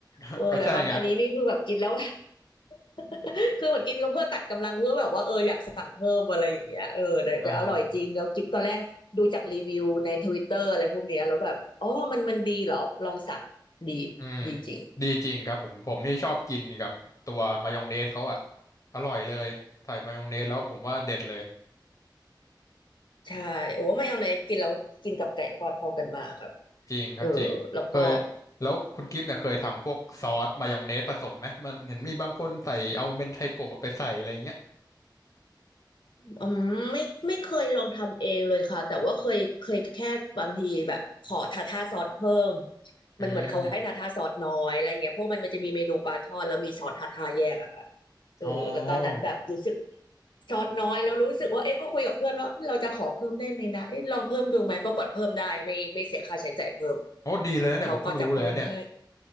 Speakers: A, on the left; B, on the left.
A: <laughs>
B: เออแต่มันอันนี้นี่คือแบบกินแล้ว
A: ก็ใช่ไง
B: <laughs> คือเหมือนกินก็เพื่อตัดกำลังเพื่อแบบว่าเอออยากสั่งเพิ่มอะไรอย่างเงี้ยเออแต่แต่อร่อยจริงแล้วกิ๊บตอนแรกดูจากรีวิวในทวิตเตอร์อะไรพวกเนี้ยแล้วแบบอ๋อมันมันดีเหรอลองสั่งดี
A: อ่าอืม
B: ดีจริง
A: ดีจริงครับผมผมนี่ชอบกินกับตัวมายองเนสเขาอะอร่อยเลยใส่มายองเนสแล้วผมว่าเด็ดเลย
B: ใช่โอ้มายองเนสกินแล้วกินกับไก่ทอดเข้ากันมากครับ
A: จริงครับจริงเคย
B: เออแล้วก็
A: แล้วคุณกิฟต์เนี่ยเคยทำพวกซอสมายองเนสผสมไหมมันเห็นมีบางคนใส่เอาเมนไทโกะไปใส่อะไรอย่างเงี้ย
B: อืมไม่ไม่เคยลองทำเองเลยค่ะแต่ว่าเคยเคยแค่บางทีแบบขอทาท่าซอสเพิ่ม
A: อืม
B: มันเหมือนเขาให้ทาท่าซอสน้อยอะไรเงี้ยเพราะมันมันจะมีเมนูปลาทอดแล้วมีซอสทาท่าแยกอะค่ะเออแล้วตอนนั้นแบบรู้สึก
A: อ๋อ
B: ซอสน้อยแล้วรู้สึกว่าเอ๊ะก็คุยกับเพื่อนว่าเราจะขอเพิ่มได้ไหมนะเอ๊ะลองเพิ่มดูไหมปรากฏเพิ่มได้ไม่ไม่เสียค่าใช้จ่ายเพิ่ม
A: โอ้ดีเลยนะเนี่ยผมเพิ่งรู้เลยนะเนี่ย
B: เขาก็จะเพิ่มให้